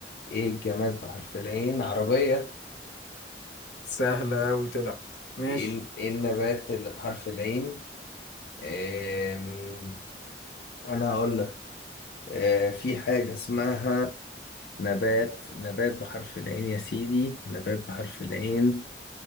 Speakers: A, on the left; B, on the left.
A: ايه الجماد بحرف العين عربية
B: سهلة أوي طلعت ماشي
A: ايه إيه النبات اللي بحرف العين آم، انا هقول لك آه، في حاجة اسمها نبات نبات بحرف العين يا سيدي نبات بحرف العين